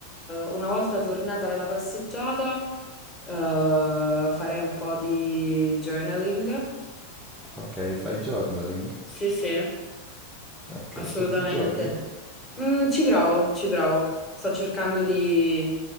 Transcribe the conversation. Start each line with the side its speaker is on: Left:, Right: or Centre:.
Left: una volta tornata dalla passeggiata, eh, farei un po' di journaling.
Centre: Ok, fai journaling?
Left: Sì, sì.
Centre: Ok,
Left: Assolutamente.
Centre: tutti i giorni?
Left: Mm, ci provo, ci provo. Sto cercando di,